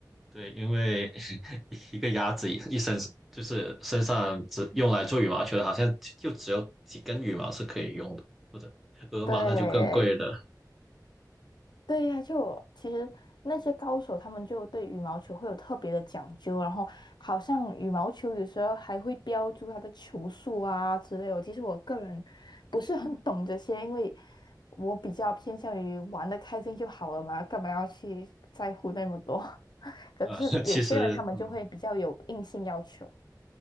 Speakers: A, in the centre; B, on the left.
A: 对，因为 <laughs> 一个鸭子一身就是身上只用来做羽毛球的，好像就只有几根羽毛是可以用的，或者鹅毛那就更贵了。
B: 对对呀、就我其实那些高手他们就对羽毛球会有特别的讲究，然后好像羽毛球有时候还会标注它的球速啊之类的。其实我个人不是很懂这些，因为我比较偏向于玩的开心就好了嘛，干嘛要去在乎那么多？<laughs> 可是有些人他们就会比较有硬性要求。
A: 啊、<laughs> 其实嗯。